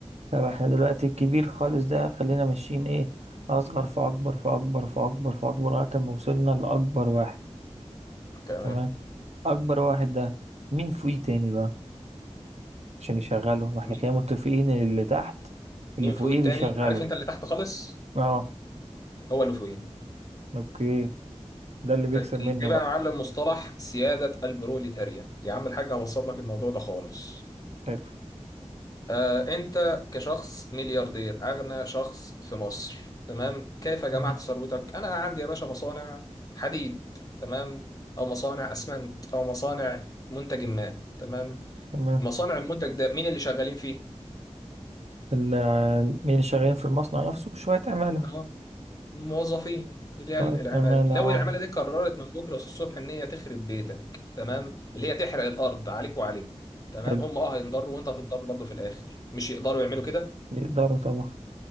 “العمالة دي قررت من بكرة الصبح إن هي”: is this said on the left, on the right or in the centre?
Left